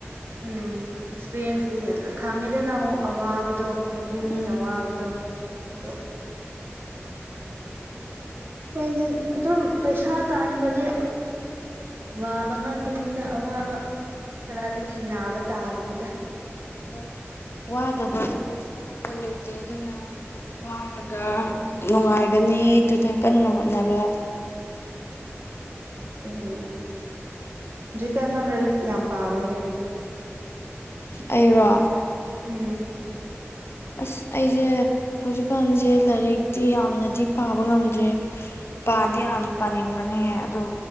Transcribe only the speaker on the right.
ꯎꯝ ꯑꯦꯛꯁꯄꯤꯔꯦꯟꯁꯀꯤꯅꯦꯅ ꯈꯥꯡꯉꯩꯗ ꯅꯪ ꯋꯨ ꯑꯋꯥꯕꯗꯣ ꯍꯥꯏꯕꯗꯤ ꯃꯤꯅ
ꯋꯥꯕꯗꯣ ꯑꯗꯣ ꯍꯣꯏꯗꯦꯅꯦ ꯑꯗꯨꯝ ꯄꯩꯁꯥꯠ ꯇꯥꯟ ꯕꯗꯦ ꯋꯥꯕ ꯉꯥꯛꯇꯅꯤꯗ ꯑꯋꯥꯕ ꯈꯔꯗꯤ ꯊꯦꯡꯅꯕ ꯇꯥꯕꯅꯤꯗ
ꯑꯗꯨꯒꯤꯅꯤ
ꯑꯝ ꯖꯤ ꯀꯅꯥ ꯂꯔꯤꯛ ꯌꯥꯝ ꯄꯥꯕꯩꯅꯦ
ꯎꯝ
ꯎꯝ